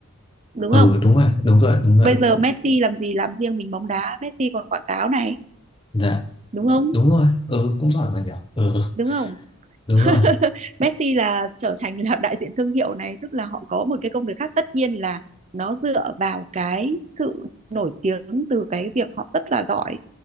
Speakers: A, on the right (about 30°); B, on the left (about 25°).
A: đúng
B: Ừ
A: không
B: đúng rồi, đúng rồi, đúng rồi.
A: bây giờ Messi làm gì làm riêng mình bóng đá Messi còn quảng cáo này
B: Dạ.
A: đúng không
B: đúng rồi ừ cũng giỏi mà nhỉ ừ
A: đúng không
B: đúng rồi
A: <laughs> Messi là trở thành là đại diện thương hiệu này tức là họ có một cái công việc khác tất nhiên là nó dựa vào cái sự nổi tiếng từ cái việc họ rất là giỏi